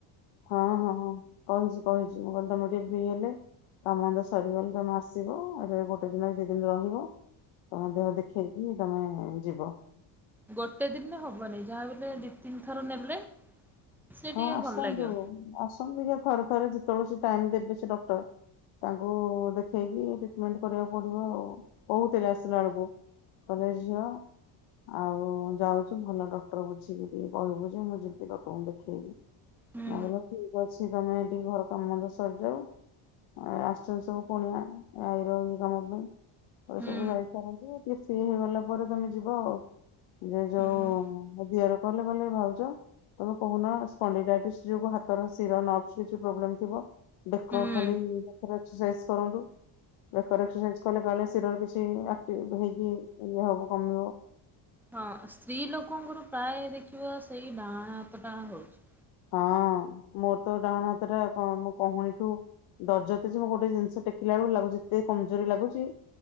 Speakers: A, on the left (about 75°); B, in the centre.
A: ହଁ ହଁଁ ହଁ କହିଛି କହିଛି ମୁଁ କହିଲି ତମକୁ ଟିକେ ଫ୍ରି ହେଲେ କାମ ନ୍ଦ ସରିଗଲେ ତମେ ଆସିବ ଏଇଠି ଗୋଟେ ଦିନ ଦି ଦିନି ରହିବ। ତମ ଦେହ ଦେଖେଇକି ତମେ ଯିବ।
B: ଗୋଟେ ଦିନ୍ ରେ ହବନି ଯାହା ବୋଲେ ଦି ତିନି ଥର ନେଲେ ସେ
A: ହଁ
B: ଟିକେ
A: ଆସନ୍ତୁ
B: ଭଲ ଲାଗିବ।
A: ଆସନ୍ତୁ ଦେଖିଆ ଥରେ ଥରେ ଯେତବେଳେ ସେ ଟାଇମ୍ ଦେବେ ସେ ଡକ୍ଟର। ତାଙ୍କୁ ଦେଖେଇକି ଟ୍ରିଟମେଣ୍ଟ କରିବାକୁ ପଡିବ ଆଉ କହୁଥିଲେ ଆସିଲା ବେଳକୁ। କଲେଜ୍ ଝିଅ। ଆଉ ଯାଉଛୁ ଭଲ ଡକ୍ଟର ବୁଝିକି ଟିକେ କହିବୁ ଯେ ମୁଁ ଯିବି ଡକ୍ଟରଙ୍କୁ ଦେ ଖେଇବି
B: ହୁଁ
A: <unintelligible> ଠିକ୍ ଅଛି ତମେ ଟିକେ ଘର କାମନ୍ଦ ସରିଯାଉ। ଏ ଆସିଛନ୍ତି ସବୁ କୁଣିଆ ଆଈର ଇଏ କାମ ପାଇଁ। କହିବେ
B: ହୁଁ
A: ସବୁ ଯାଇସାରନ୍ତୁ ଟିକେ ଫ୍ରି ହେଇଗଲା ପରେ ତମେ ଯିବ ଆଉ। ଯେ ଯୋଉ
B: ହୁଁ
A: ମୋ ଦିଅର କହିଲେ କହିଲେ ଭାଉଜ ତମେ କହୁନ ସ୍ପଣ୍ଡେଇଟା ଏଟି <unintelligible> ଯୋଗୁ ହାତର ଶିର ନର୍ଭସ୍ କିଛି ପ୍ରୋବ୍ଲେମ୍ ଥିବ ବେକ
B: ହୁଁ।
A: ଖାଲି <unintelligible> ସାଇଜ୍ କରନ୍ତୁ। ବେକରେ ଏକ୍ସରସାଇଜ୍ କଲେ କାଲେ ଶିରର କିଛି ଆକ୍ଟିଭ ହେଇକି ଇଏହବ କମିବ।
B: ହଁ ସ୍ତ୍ରୀ ଲୋକଙ୍କର ପ୍ରାୟ ଦେଖିବ ସେଇ ଡାହାଣ ହାତଟା ହଉଚି।
A: ହଁ ମୋର ତ ଡାହାଣ ହାତ ଟା କଁ ମୋ କହୁଣୀଠୁ ଦରଜ ଏତେ ଯେ ମୁଁ ଗୋଟେ ଜିନିଷ ଟେକିଲା ବେଳକୁ ଲାଗୁଚି ଏତେ କମଜୋରି ଲାଗୁଚି